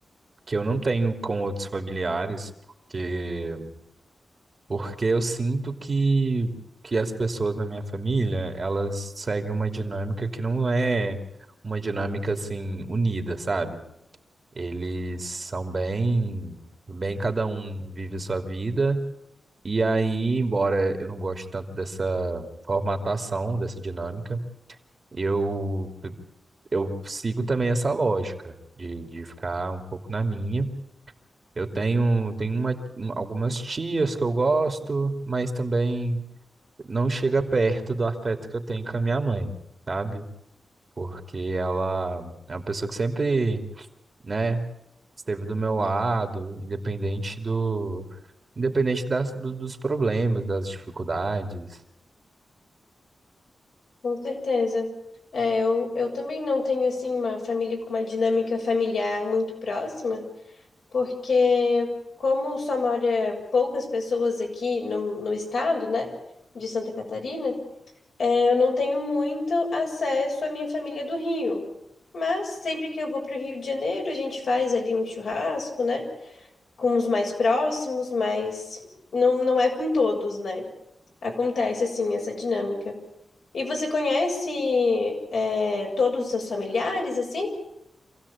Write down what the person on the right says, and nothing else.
que eu não tenho com outros familiares, porque Porque eu sinto que, que as pessoas na minha família, elas seguem uma dinâmica que não é uma dinâmica assim unida, sabe? Eles são bem, bem cada um vive sua vida. E aí, embora eu não goste tanto dessa formatação, dessa dinâmica, eu eu sigo também essa lógica de, de ficar um pouco na minha. Eu tenho, tenho uma, algumas tias que eu gosto, mas também não chega perto do afeto que eu tenho com a minha mãe, sabe? Porque ela é uma pessoa que sempre, né, esteve do meu lado, independente do, independente das, do- dos problemas, das dificuldades.